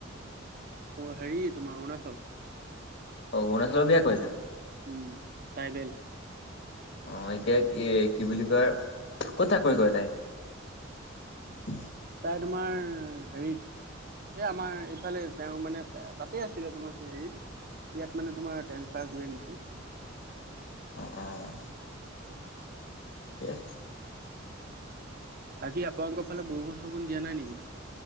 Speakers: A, on the right (about 50°); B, on the left (about 60°).
A: অ হেৰি তোমাৰ অৰুণাচল
B: অ অৰুণাচলৰ বিয়া কৰিছে।
A: উম ট্ৰাইবেল।
B: অ এতিয়া কি কি বুলি কয় ক'ত চাকৰি কৰে তাই
A: তাই তোমাৰ হেৰিত এ আমাৰ ইফালে তেওঁ মানে তাতেই আছিলে তোমাৰ হেৰিত ইয়াত মানে তোমাৰ ট্ৰেন্ঞ্চফাৰ কৰি আনিছোঁ
B: অঁ অঁ ঠিকে আছে
A: বাকী আপালোকৰ ফালে বৰষুণ চৰষুণ দিয়া নাই নেকি